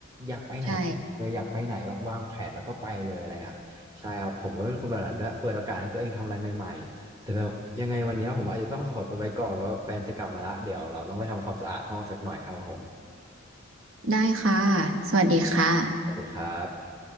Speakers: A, on the right; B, on the right.
A: อยากไปไหนเลยอยากไปไหนแบบวางแผนแล้วก็ไปเลยอะไรเงี้ยใช่ครับผมก็เป็นคนแบบนั้นด้วยเปิดโอกาสให้ตัวเองทำอะไรใหม่ๆแต่แบบยังไงวันเนี้ยผมอาจจะต้องขอตัวไปก่อนเพราะว่าแฟนจะกลับมาละเดี๋ยวเราต้องไปทำความสะอาดห้องสักหน่อยครับผม
B: <laughs> ใช่ได้ค่ะสวัสดีค่ะ
A: สวัสดีครับ